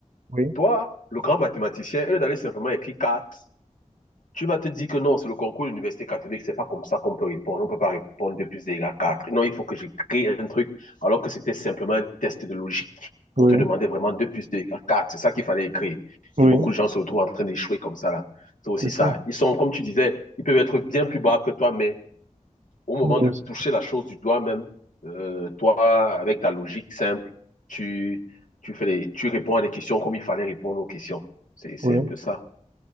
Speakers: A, on the right; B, on the left.
A: oui,
B: Toi, le grand mathématicien, au lieu d'aller simplement écrire quatre. tu vas te dire que non, c'est le concours de l'université catholique, c'est pas comme ça qu'on peut répondre. On peut pas répondre 2 plus 2 égale 4. Non, il faut que j'écris un truc, alors que c'était simplement un test de logique.
A: oui,
B: On te demandait vraiment 2 plus 2 égale 4. C'est ça qu'il fallait écrire.
A: oui,
B: Et beaucoup de gens se retrouvent en train d'échouer comme ça, là. C'est aussi
A: c'est ça.
B: ça. Ils sont, comme tu disais, ils peuvent être bien plus braves que toi, mais au moment
A: Oui.
B: de toucher la chose du doigt même, euh, toi, avec ta logique simple, tu, tu, fais les, tu réponds à des questions comme il fallait répondre aux questions. C'est, c'est
A: Oui.
B: un peu ça.